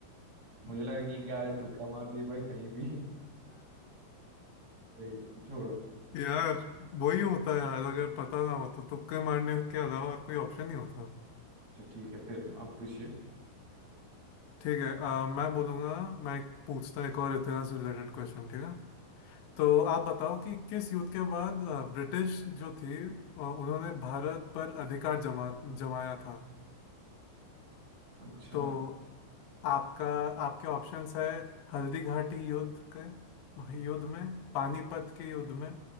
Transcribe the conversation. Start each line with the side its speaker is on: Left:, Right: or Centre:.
Right: मुझे लगा कि क्या है, तुक्का मार दिए भाई कहीं भी सही है, छोड़ो अच्छा
Left: यार वही होता है यार अगर पता ना हो तो तुक्के मारने के अलावा और कोई ऑप्शन नहीं होता
Right: ठीक है फिर आप पूछिए
Left: ठीक है अ, मैं बोलूंगा मैं एक पूछता हूं एक और इतिहास रिलेटेड क्वेश्चन ठीक है तो आप बताओ कि किस युद्ध के बाद अ, ब्रिटिश जो थी अ, उन्होंने भारत पर अधिकार जमा जमाया था
Right: अच्छा
Left: तो आपका आपके ऑप्शंस है हल्दी घाटी युद्ध के युद्ध में पानीपत के युद्ध में